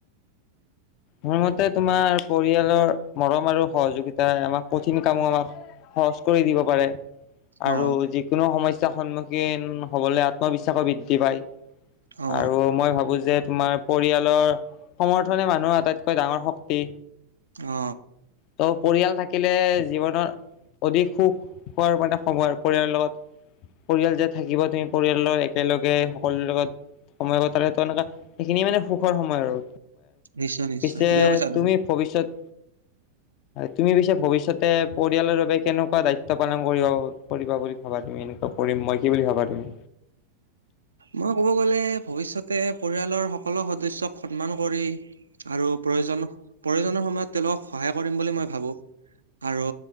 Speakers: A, on the left; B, on the right.
A: মোৰ মতে তোমাৰ পৰিয়ালৰ মৰম আৰু সহযোগিতাই আমাক কঠিন কামো আমাক। সহজ কৰি দিব পাৰে। আৰু
B: অ
A: যিকোনো সমস্যাৰ সন্মুখীন হবলৈ আত্মবিশ্বাসো বৃদ্ধি পায়।
B: অ
A: আৰু মই ভাবো যে, তোমাৰ পৰিয়ালৰ সমৰ্থনে মানুহ আ। আটাইতকৈ ডাঙৰ শক্তি।
B: অ
A: ত' পৰিয়াল থাকিলে জীৱনৰ। অধিক সুখ হোৱাৰ সময় পৰিয়ালৰ লগত পৰিয়াল যে থাকিব তুমি পৰিয়াল। একেলগে সকলোৰে লগত সময় তো এনেকুৱা সেইখিনিয়ে মানে সুখৰ সময় আৰু।
B: নিশ্চয় নিশ্চয়।
A: যে
B: ঠিকে কৈছা
A: তুমি ভৱিষ্যত। তুমি পিছে ভৱিষ্যতে পৰিয়ালৰ বাবে কেনেকুৱা দায়িত্ব পালন কৰিব কৰিবা বুলি ভাবা। তুমি এনেকুৱা কৰিম মই কি বুলি ভাবা তুমি?
B: মই ক'ব গলে ভৱিষ্যতে পৰিয়ালৰ সকলো সদস্যক সন্মান কৰি আৰু প্ৰয়োজন, প্ৰয়োজনৰ সময়ত তেওঁলোক সহায় কৰিম বুলি মই ভাবোঁ। আৰু